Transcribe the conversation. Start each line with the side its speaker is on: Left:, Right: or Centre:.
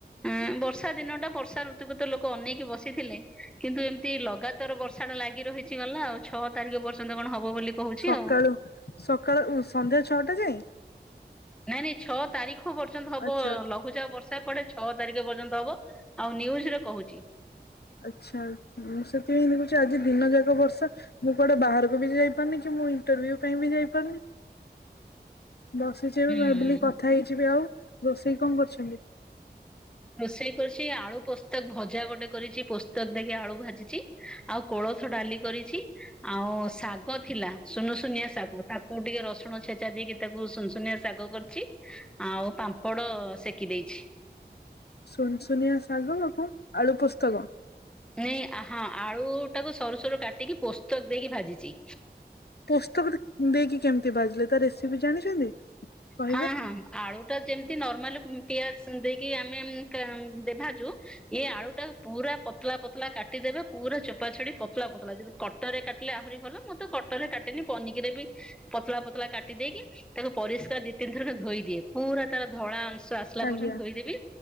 Centre: ଆଁ ବର୍ଷା ଦିନ ଟା ବର୍ଷା ଋତୁଗତ ଲୋକ ଲୋକ ଅନେଇକି ବସିଥିଲେ କିନ୍ତୁ ଏମିତି ଲଗାତାର ବର୍ଷା ଟା ଲାଗି ରହିଛି ଗଲା ଆଉ। ଛଅ ତାରିଖ ପର୍ଯ୍ୟନ୍ତ କଣ ହବ ବୋଲି କହୁଛି
Left: ସକାଳୁ
Centre: ଆଉ
Left: ସକାଳୁ ଉ ସନ୍ଧ୍ୟା ଛଅଟା ଯାଏ?
Centre: ନାଇଁ ନାଇଁ ଛଅ ତାରିଖ ପର୍ଯ୍ୟନ୍ତ ହବ
Left: ଆଚ୍ଛା।
Centre: ଲଗ ଲଘୁଚାପ ବର୍ଷା କୁଆଡେ ଛଅ ତାରିଖ ପର୍ଯ୍ୟନ୍ତ ହବ ଆଉ ନ୍ୟୁଜରେ କହୁଛି।
Left: ଆଛା ଇ ମୁଁ ସେଥିପାଇଁ ଦେଖୁଛି ଆଜି ଦିନ ଯାକ ବର୍ଷା ମୁଁ କୁଆଡେ ବାହାରକୁ ବି ଯାଇ ପାରୁନି କି ମୁଁ ଇଣ୍ଟରଭ୍ୟୁ ପାଇଁ ବି ଯାଇପାରୁନି। ବସିଛି ଏବେ
Centre: ହୁଁ।
Left: ଭାବିଲି କଥା ହେଇଯିବି ଆଉ ରୋଷେଇ କଣ କରୁଛନ୍ତି?
Centre: ରୋଷେଇ କରୁଛି ଆଳୁ ପୋସ୍ତକ ଭଜା ଗୋଟେ କରିଛି ପୋସ୍ତକ ଦେଖକି ଆଳୁ ଭାଜିଛି। ଆଉ କୋଳଥ ଡାଲି କରିଛି। ଆଉ ଶାଗ ଥିଲା ସୁନୁ ସୁୁନିଆ ଶାଗ ତାକ କୁ ଟିକେ ରସଣ ଛେଚା ଦେଇକି ତାକୁ ସୁନସୁନିଆ ଶାଗ କରିଛି। ଆଉ ପାମ୍ପଡ ସେକି ଦେଇଛି।
Left: ସୁନସୁନିଆ ଶାଗ କଣ ଆଳୁ ପୁସ୍ତକ।
Centre: ନାଇଁ ଆ ହଁ ଆଳୁ ଟାକୁ ସରୁ ସରୁ କାଟିକି ପୋସ୍ତକ ଦେଇକି ଭାଜିଛି।
Left: ପୋସ୍ତକ ଟ ଦେଇକି କେମିତି ଦ୍ଭାଜିଲେ ତା ରେସିପି ଜାଣିଛନ୍ତି କହିବେ?
Centre: ହଁ ହଁ ଆଳୁ ଟା ଯେମିତି ନର୍ମାଲ ପିଆଜ ଦେଇକି ଆମେ ଉଁ କା ଦେଦ୍ଭାଜୁଏଇ ଆଳୁ ଟାକୁ ପୁରା ପତଲା ପତଲା କାଟିଦେବେ ପୁରା ଚୋପା ଛାଡି ପତଳା ପତଳା ଯେମିତି କଟରେ କାଟିଲେ ଆହୁରି ଭଲ ମୁଁତ କଟ କଟରେ କାଟେନି ପନିକିରେ ବି ପତଳା ପତଳା କାଟି ଦେଇେକି ତାକୁ ପରିଷ୍କାର ଦି ତିନିଥର କେ ଧୋଇ ଦିଏ ପୁରା ତାର ଧଳା ଅଂଶ ଆସ ସିଲା
Left: ଆଜ୍ଞା
Centre: ପର୍ଯ୍ୟନ୍ତ ଧୋଇଦେବି